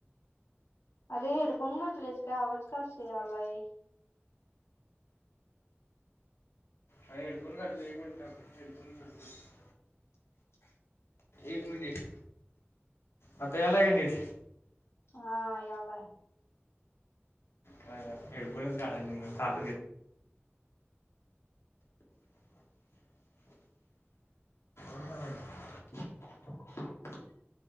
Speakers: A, on the left; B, on the left.
A: अरे हेडफोन घातलेस काय आवाज का असा यायलाय.....
B: अग हेडफोन घातलय एक मिनिट थांब.... घालतो
A: <unintelligible>
B: एक मिनिट आता यालाय का नीट?
A: हा यालाय....
B: हा हा हेडफोनच घालय येईना <unintelligible> <inaudible>
A: <inaudible>